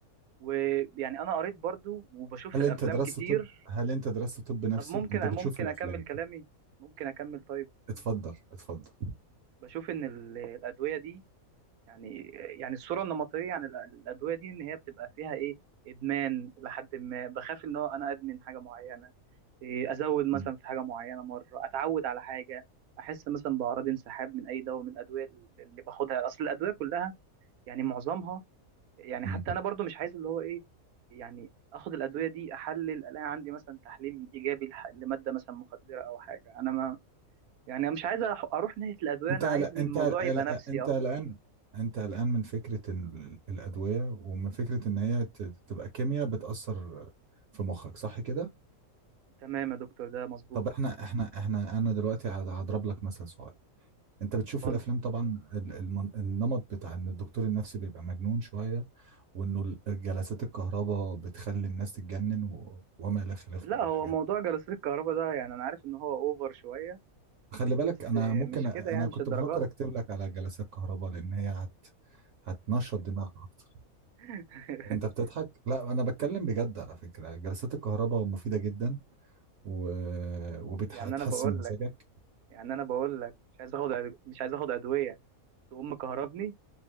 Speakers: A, on the right; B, on the right.
A: ويعني أنا قريت برضو وبشوف
B: هل
A: في الأفلام
B: انت درست
A: كتير
B: طب هل انت درست طب نفسي
A: طب ممكن
B: انت بتشوف
A: ممكن
B: الافلام
A: أكمل كلامي ممكن أكمل طيب
B: اتفضل اتفضل
A: بشوف إن ال- الأدوية دي يعني يعني الصورة النمطية عن الأ- الأدوية دي إن هي بتبقى فيها إيه إدمان إلى حد ما بخاف إن هو أنا أدمن حاجة معينة إيه، أزود مثلا
B: مم.
A: في حاجة معينة مرة أتعود على حاجة أحس مثلا بأعراض انسحاب من أي دواء من الأدوية اللي باخدها أصل الأدوية كلها يعني معظمها يعني
B: مم.
A: حتى أنا برضو مش عايز اللي هو إيه يعني آخد الأدوية دي أحلل ألاقي عندي مثلا تحليل إيجابي لح- لمادة مثلا مخدرة أو حاجة أنا ما يعني أنا مش عايز أح- أروح ناحية الأدوية
B: انت
A: أنا
B: قلق-
A: عايز الموضوع
B: انت قلق-
A: يبقى نفسي
B: انت
A: أكتر
B: قلقان انت قلقان من فكرة ال- الأدوية ومن فكرة ان هي ت- تبقى كيمياء بتأثر في مخك صح كده
A: تمام يا دكتور ده مظبوط
B: طب احنا احنا احنا انا دلوقتي هض- هضرب لك مثل صغير انت بتشوف
A: اتفضل
B: الافلام طبعا ال- الم- النمط بتاع ان الدكتور النفسي بيبقى مجنون شوية وانه ال- جلسات الكهرباء بتخلي الناس تتجنن و... وما الى خلافه
A: لا
B: من
A: هو
B: الحاجات
A: موضوع
B: دي
A: جلسات الكهرباء ده يعني انا عارف ان هو اوفر شويه
B: خلي بالك
A: بس
B: انا ممكن
A: مش كده
B: أ- انا
A: يعني مش
B: كنت
A: الدرجه
B: بفكر
A: دي
B: اكتب لك على جلسات كهرباء لان هي هت... هتنشط دماغك اكتر
A: <laughs>
B: انت بتضحك لا انا بتكلم بجد على فكرة جلسات الكهرباء مفيدة جدا و... وبتحسن
A: يعني انا بقول
B: مزاجك
A: لك يعني انا بقول لك مش عايز اخد أد- مش عايز اخد ادويه تقوم مكهربني